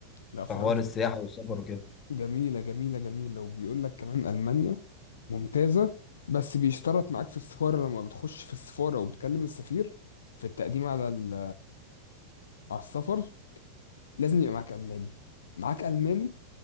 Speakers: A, on the left; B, on the left.
A: لا
B: في
A: فرنسا
B: حوار السياحه والسفر وكده
A: جميله جميله جميله وبيقول لك كمان المانيا ممتازه بس بيشترط معاك في السفاره لما بتخش في السفاره وبتكلم السفير في التقديم على ال- على السفر لازم يبقى معاك الماني معاك الماني